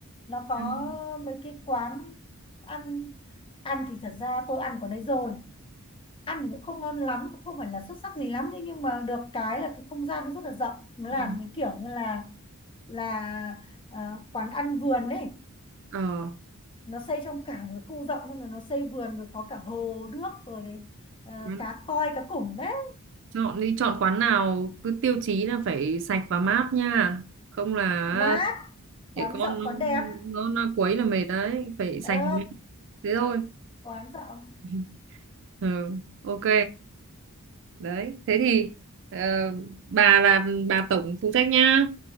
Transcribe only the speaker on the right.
ăn-
ừ
ờ
ừ.
Chọn đi, chọn quán nào cứ tiêu chí là phải sạch và mát nha. Không là
để con
nó
nó, nó quấy là mệt đấy, phải sạch
và mát. Thế thôi.
<laughs> Ừ, ok. Đấy, thế thì ờ, bà là bà tổng phụ trách nhá.